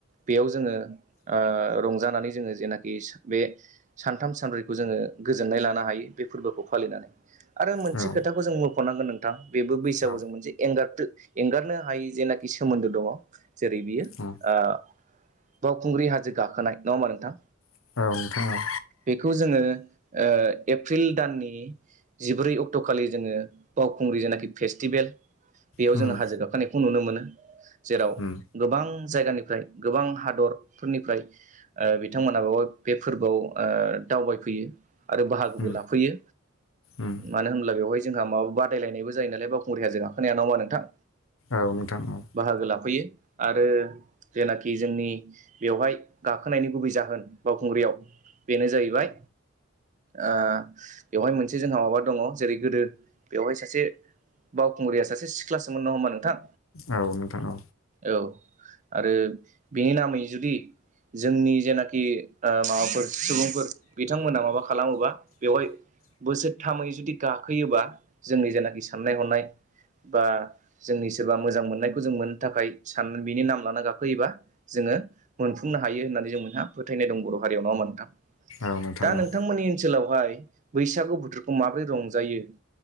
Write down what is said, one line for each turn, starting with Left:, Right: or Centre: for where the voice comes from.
Right: बेयाव जोङो ओ रंजानानै जोङो जेनाकि स बे सानथाम सानब्रैखौ जोङो गोजोननाय लानो हायो बे फोरबोखौ फालिनानै। आरो मोनसे
Left: औ
Right: खोथाखौ जों मख'नांगोन नोंथां बेबो बैसागु
Left: औ
Right: जों मोनसे एंगारथो एंगारनो हायि जेनाकि सोमोन्दो दङ' जेरै बियो
Left: उम
Right: ओ बावखुंग्रि हाजो गाखोनाय नङा होमबा नोंथां।
Left: औ नोंथां औ
Right: बेखौ जोङो ओ एप्रिल दाननि जिब्रै अक्ट'खालि जोङो बावखुंग्रि जेनाकि फ्रेस्टिभेल बेयाव
Left: उम
Right: जोङो हाजो गाखोनाय खौ नुनो मोनो जेराव
Left: उम
Right: गोबां जायगानिफ्राय गोबां हादरफोरनिफ्राय ओ बिथांमोनाबावहाय बे फोरबोआव ओ दावबायफैयो आरो बाहागोबो
Left: उम
Right: लाफैयो।
Left: उम
Right: मानो होनब्ला बेवहाय जोंहा माबा बादायलायनायबो जायो नालाय बावखुंग्रि हाजो गाखोनाया नङा होमबा नोंथां।
Left: औ नोंथां औ।
Right: बाहागो लाफैयो आरो जेनाकि जोंनि बेवहाय गाखोनायनि गुबै जाहोन बावखुंग्रियाव बेनो जाहैबाय ओ बेवहाय मोनसे जोंहा माबा दङ' जेरै गोदो बेवहाय सासे बावखुंग्रिया सासे सिख्लासोमोन नङा होमबा नोंथां?
Left: औ नोंथां औ।
Right: औ आरो बेनि नामै जुदि जोंनि जेनाकि ओ माबाफोर सुबुंफोर बिथांमोना माबा खालामोबा बेवहाय बोसोरथामै जुदि गाखोयोबा जोंनि जेनाकि साननाय हनाय बा जोंनि सोरबा मोजां मोननायखौ जों मोननो थाखाय सान बिनि नाम लाना गाखोयोबा जोङो मोनफुंनो हायो होनना नानै जोंमोनहा फोथायनाय दं बर' हारियाव नङा होमबा नोंथां
Left: औ नोंथां
Right: दा
Left: औ
Right: नोंथांमोननि ओनसोलावहाय बैसागु बोथोरखौ माबोरै रंजायो